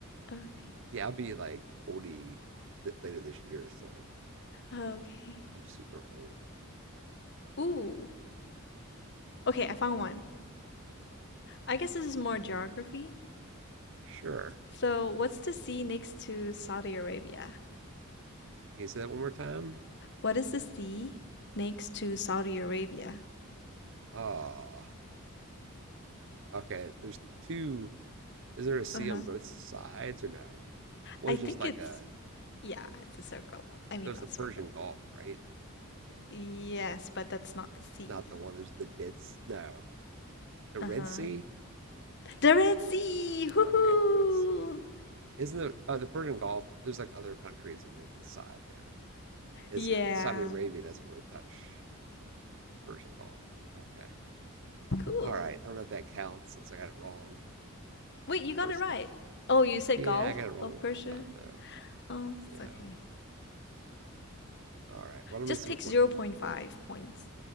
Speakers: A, on the left (about 50°); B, on the right (about 60°).
A: Okay.
B: yeah, I'll be like 40 th- later this year, so
A: Okay.
B: I'm super old.
A: Ooh. Okay, I found one. I guess this is more geography.
B: Sure.
A: So, what's the sea next to Saudi Arabia?
B: Can you say that one more time?
A: What is the sea next to Saudi Arabia?
B: Oh, okay. There's two. Is there a sea
A: Uh-huh.
B: on both sides or no? One's
A: I think
B: just like
A: it's
B: a.
A: Yeah, it's a circle. I mean,
B: So it's
A: not
B: the Persian
A: circle.
B: Gulf, right?
A: Yes, but that's not the sea.
B: Not the one. There's the Dead. S- No, the
A: Uh-huh.
B: Red Sea.
A: The Red Sea! Hoo-hoo!
B: Okay, the Red Sea. Isn't the uh, the Persian Gulf? There's like other countries along the side there. isn't
A: Yeah.
B: it? Saudi Arabia doesn't really touch the Persian Gulf. Okay.
A: Cool.
B: All right. I don't know if that counts since I got it wrong
A: Wait,
B: the
A: you got
B: first
A: it right.
B: time.
A: Oh, you said
B: Yeah,
A: Gulf
B: I got it wrong
A: of
B: the
A: Persia?
B: first time though.
A: Oh,
B: Yeah.
A: it's okay.
B: All right. Well, let
A: Just
B: me see
A: take
B: what one.
A: zero point 0.5 points.